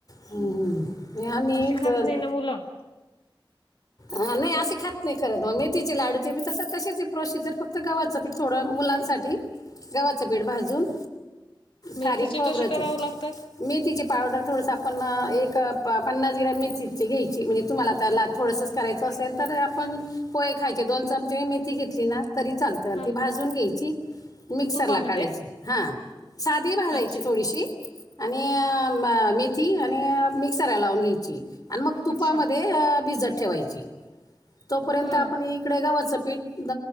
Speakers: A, on the left; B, on the left.
A: हम्म हम्म आम्ही
B: अशी खात
A: कल
B: नाही ना मुलं
A: हा नाही असे खात नाही खरं. मग मेथीचे लाडूचे बी तस तशीच आहे प्रोसिजर. फक्त गव्हात पीठ थोडं मुलांसाठी. गव्हाचं पीठ भाजून
B: मेथीचे
A: खरीक खोबरच
B: कसे करावं लागतात
A: मेथीची पावडर थोडंसं आपण एक प पन्नास ग्रॅम मेथीची घ्यायची. म्हणजे तुम्हाला तर ला थोडस करायचं असेल तर, आपण पोहे खायचे दोन चमचे मे मेथी घेतली ना तरी चालत. आणि
B: हा
A: ती भाजून घ्यायची. मिक्सरला
B: तुपामध्ये
A: काढायची. हा साधी भाजायची
B: अच्छा
A: थोडीशी. आणि म मेथी आणि मिक्सरला लावून घ्यायची. आणि मग तुपामध्ये
B: अच्छा
A: भिजत ठेवायची. तोपर्यंत
B: हा
A: आपण इकडे गव्हाचं पीठ ए